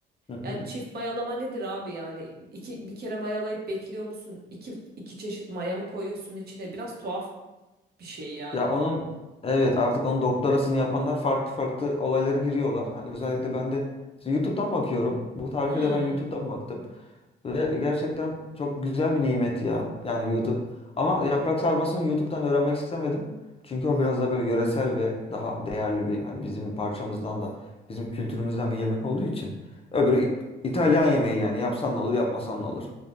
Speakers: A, on the left; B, on the right.
A: Hı hı.
B: Yani çift mayalama nedir abi yani iki, bir kere mayalayıp bekliyor musun? İki, iki çeşit maya mı koyuyorsun içine? Biraz tuhaf bir şey yani.
A: Ya onun evet artık onun doktorasını yapanlar farklı farklı olaylara giriyorlar. Ha, özellikle ben de şimdi YouTube'dan bakıyorum. Bu tarife
B: Hmm.
A: de ben YouTube'dan baktım. Ve gerçekten çok güzel bir nimet ya. Yani YouTube. Ama yaprak sarmasını YouTube'dan öğrenmek istemedim. Çünkü o biraz da böyle yöresel ve daha değerli bir hani bizim parçamızdan da bizim kültürümüzden bir yemek olduğu için. Öbürü İ- İtalyan yemeği yani yapsan ne olur yapmasan ne olur.